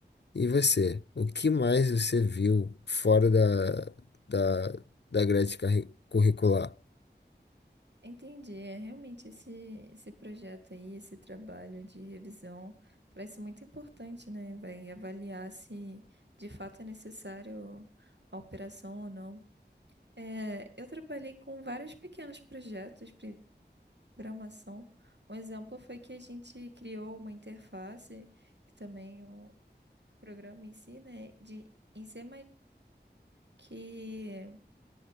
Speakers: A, on the left; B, on the right.
A: E você, o que mais você viu fora da, da, da grade carri- curricular?
B: Entendi, é realmente esse, esse projeto aí, esse trabalho de revisão parece muito importante, né? Vai avaliar se de fato é necessário a operação ou não. É, eu trabalhei com vários pequenos projetos de programação. Um exemplo foi que a gente criou uma interface e também um programa em si, né, de, em C++, que,